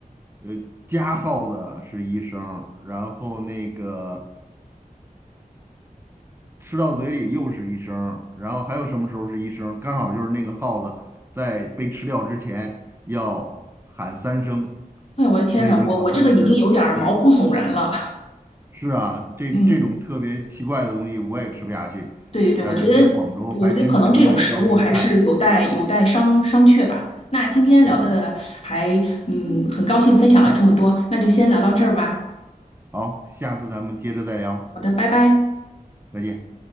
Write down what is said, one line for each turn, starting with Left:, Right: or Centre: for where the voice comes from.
Right: 呃加号子是一声儿然后那个吃到嘴里又是一声儿然后还有什么时候是一声儿刚好就是那个耗子在被吃掉之前要喊三声，
Left: 哎呀，我的天呐，
Right: 所以就叫三只。
Left: 我我这个已经有点儿毛骨悚然了。
Right: 对，是啊，这这种特别奇怪的东西我也吃不下去，
Left: 嗯，对对对，
Right: 但是在广州还真成了一道名菜。
Left: 我觉得，我觉得可能这种食物还是有待有待商商榷吧。那今天聊的还，
Right: 嗯，
Left: 嗯，很高兴分享了这么多，那就先聊到这儿吧。
Right: 好，下次咱们接着再聊，
Left: 好的，拜拜。
Right: 再见。